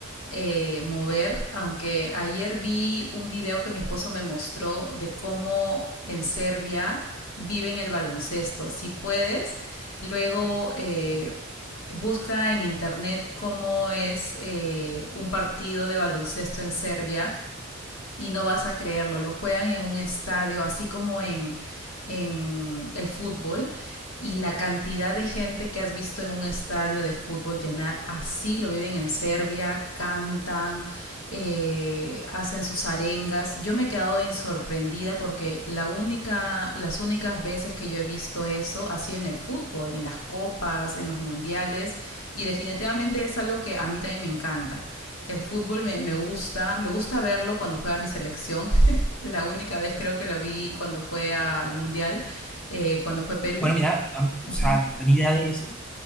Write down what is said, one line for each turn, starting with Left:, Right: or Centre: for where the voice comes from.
Left: eh, mover. Aunque ayer vi un video que mi esposo me mostró de cómo en Serbia viven el baloncesto. Si puedes, luego eh, busca en internet cómo es eh, un partido de baloncesto en Serbia y no vas a creerlo, lo juegan en un estadio, así como en, en el fútbol. Y la cantidad de gente que has visto en un estadio de fútbol llenar, así lo viven en Serbia, cantan, eh, hacen sus arengas. Yo me he quedado sorprendida porque la única, las únicas veces que yo he visto eso ha sido en el fútbol, en las copas, en los mundiales, y definitivamente es algo que a mí también me encanta. El fútbol me, me gusta, me gusta verlo cuando juega mi selección. <laughs> La única vez creo que lo vi cuando fue al Mundial, eh, cuando fue Perú.
Centre: Bueno, mira, am- o
Left: Ujú.
Centre: sea, no tenía idea de eso.